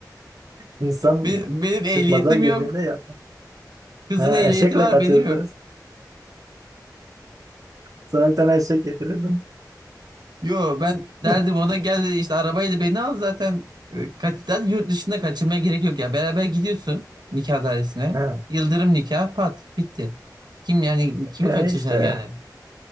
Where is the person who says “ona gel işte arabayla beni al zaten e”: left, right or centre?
Right